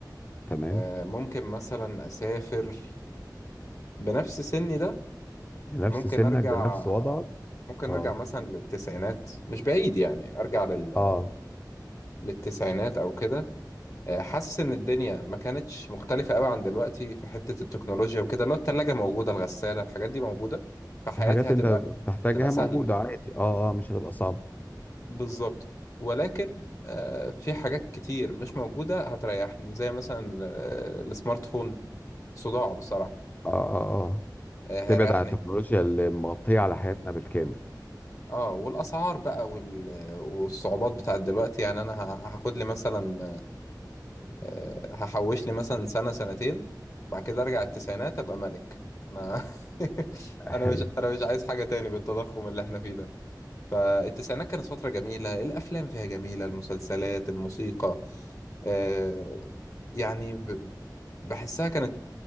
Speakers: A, on the left; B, on the left.
A: تمام
B: آه، ممكن مثلا أسافر بنفس سني ده
A: بنفس
B: ممكن
A: سنك
B: أرجع
A: بنفس وضعك
B: ممكن
A: اه
B: ارجع مثلا للتسعينات مش بعيد يعني ارجع لل...
A: اه
B: للتسعينات او كده آه، حاسس ان الدنيا ما كانتش مختلفه قوي عن دلوقتي في حته التكنولوجيا وكده اللي هو الثلاجه موجوده الغساله الحاجات دي موجوده فحياتي
A: الحاجات
B: هتبقى
A: اللي انت بتحتاجها
B: تبقى سهله
A: موجودة عادي اه اه مش هتبقى صعبة
B: بالظبط ولكن آه، في حاجات كتير مش موجوده هتريحني زي مثلا آه، السمارت فون صداع بصراحه
A: اه اه اه
B: آه، هيريحني
A: تبعد عن التكنولوجيا اللي مغطية على حياتنا بالكامل
B: اه والاسعار بقى وال... والصعوبات بتاعت دلوقتي يعني انا ه- هاخد لي مثلا آه، هحوش لي مثلا سنة سنتين بعد كده ارجع التسعينات ابقى ملك انا <laughs>
A: <laughs>
B: انا مش
A: ايوه
B: انا مش عايز حاجة تاني بالتضخم اللي احنا فيه ده فالتسعينات كانت فترة جميلة الافلام فيها جميلة المسلسلات الموسيقى آه، يعني ب- بحسها كانت